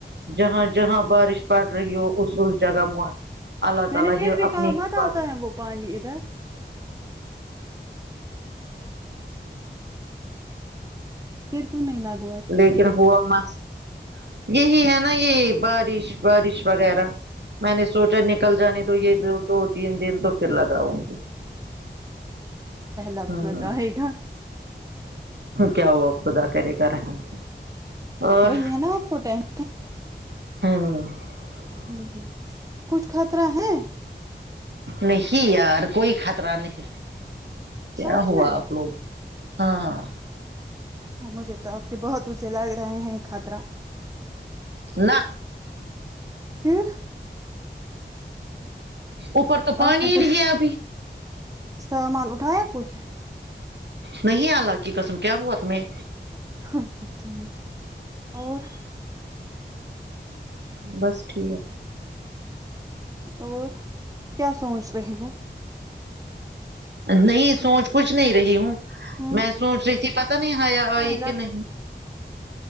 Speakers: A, on the right (about 70°); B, on the right (about 20°).
A: جہاں جہاں بارش پڑ رہی ہو اس اس جگہ اللہ
B: میں
A: تعالی
B: نے پھر
A: ہی
B: بھی کہا
A: اپنی حفاظت
B: مت آتا ہے وہ پانی ادھر پھر کیوں نہیں لگ
A: لیکن ہوا مس یہی ہے نا یہ بارش بارش وغیرہ میں نے سوچا نکل جانے تو یہ دو تین دن تو پھر لگا ہوں گی
B: تب
A: ہاں
B: مت اے گا
A: کیا ہوا خدا کرے گا رحم اور
B: وہی ہے نا آپ کو ٹائم
A: ہاں
B: ہوں ہوں کچھ خطرہ ہے
A: نہیں یار کوئی خطرہ نہیں کیا
B: سچ
A: ہوا
B: میں
A: آپ لوگ ہاں
B: ہاں مجھے تو آپ کے باتوں سے لگ رہا ہیں خطرہ
A: نہ
B: پھر
A: اوپر تو پانی
B: آپ نے
A: ہی
B: کچھ
A: نہیں ہے ابھی
B: سامان اٹھایا کچھ
A: نہیں اللہ کی قسم کیا ہوا تمہیں
B: اچھا ٹھیک اور
A: بس ٹھیک
B: اور کیا سوچ رہی ہو
A: نہیں سوچ کچھ نہیں رہی ہوں
B: ہوں
A: میں سوچ رہی تھی پتا نہیں حیا آئی
B: ہاں
A: کی نہیں